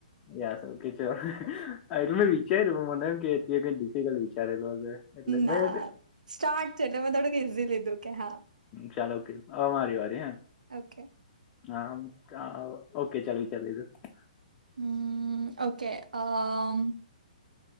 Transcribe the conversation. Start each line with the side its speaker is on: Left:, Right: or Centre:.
Left: યા સું કેછુ. આ મે વિચાર્યું મમ કે ડિફિકલ્ટ વિચાર એટલે મે
Right: ના સ્ટાર્ટ છે, એટલે મેં થોડુંક ઈઝી લીધું કે હા
Left: ચાલો ઓકે હવે મારી વારી હે.
Right: ઓકે
Left: હામ કા ઓકે ચાલ વિચારી લીધો.
Right: હમ ઓકે આ